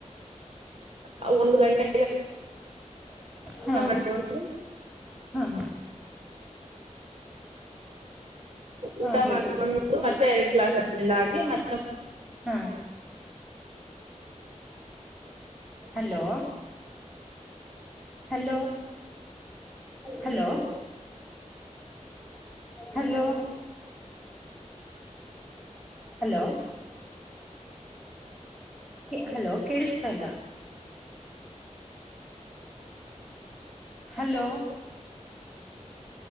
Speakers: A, on the right; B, in the centre.
A: ಆ ಒಂದು ಗಂಟೆ.
B: ಹ್ಮ
A: ಮಾಡ್ಕೊಂಡು
B: ಹ್ಮ್ ಹಾ
A: ಊಟ
B: ಹೇ
A: ಮಾಡ್ಕೊಂಡು ಮತ್ತೆ ಎರಡು ಕ್ಲಾಸ್ ಅಟೆಂಡ್ ಆಗಿ ಮತ್
B: ಹ hello hello hello hello hello ಕೆ ಹಲೋ ಕೇಳಿಸ್ತಾ ಇಲ್ಲ. ಹಲೋ